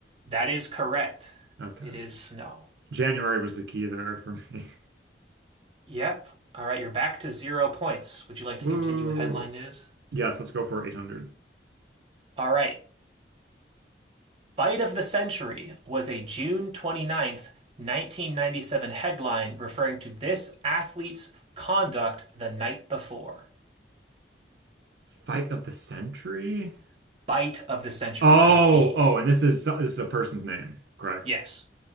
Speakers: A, on the right (about 35°); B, on the right (about 65°).
A: That is correct.
B: Okay.
A: It is snow.
B: January was the key there for me.
A: Yep. All right, you're back to zero points. Would
B: <laughs>
A: you like to
B: Woo.
A: continue with headline news?
B: Yes, let's go for 800.
A: All right. Bite of the Century was a June 29th, 1997 headline referring to this athlete's conduct the night before.
B: Fight of the century?
A: Bite of the Century
B: Oh,
A: with a B.
B: oh, and this is this is a person's name, correct?
A: Yes,